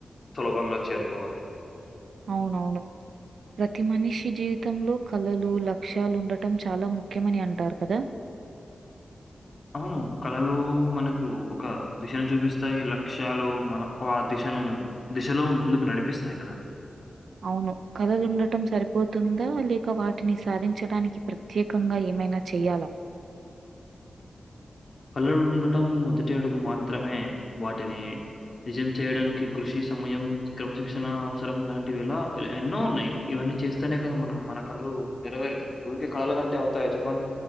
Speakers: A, on the left; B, on the right.
A: సులభంగా చేరుకోవాలి
B: అవునవును ప్రతి మనిషి జీవితంలో కళలు లక్ష్యాలు ఉండటం చాలా ముఖ్యమని అంటారు కదా
A: అవును కళలో మనకు ఒక దిశను చూపిస్తాయి లక్ష్యాలు మన ఆ దిశను దిశలో ముందుకు నడిపిస్తాయి కదా
B: అవును కథలుండటం సరిపోతుందా లేక వాటిని సాధించడానికి ప్ర ప్రత్యేకంగా ఏమైనా చేయ్యాలా
A: కళ్ళలుండటం మొదటి అడుగు మాత్రమే వాటిని నిజం చేయడానికి కృషి సమయం క్రమశిక్షణ అవసరం ఇలాంటివి ఎలా ఎన్నో ఉన్నాయి ఇవన్నీ చేస్తేనే కదా మనం మన కళలు నెరవేరుతాయి ఊరికే కళలు కంటే అవుతాయా చెప్పండి